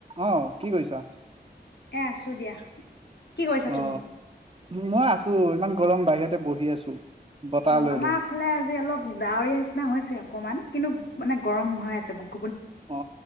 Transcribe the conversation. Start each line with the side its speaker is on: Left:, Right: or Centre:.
Right: আহ কি কৈছা
Left: এ আছো দিয়া কি কৰিছা
Right: অ
Left: তুমি?
Right: মই আছো ইমান গৰম বাহিৰতে বহ আছো বতাহ
Left: অ
Right: লৈ
Left: আমাৰ
Right: লৈ
Left: ফালে আজি অলপ ডাৱৰীয়া নিচিনা হৈছে আৰু অকণমান কিন্তু মানে গৰম হৈ আছে গ
Right: অ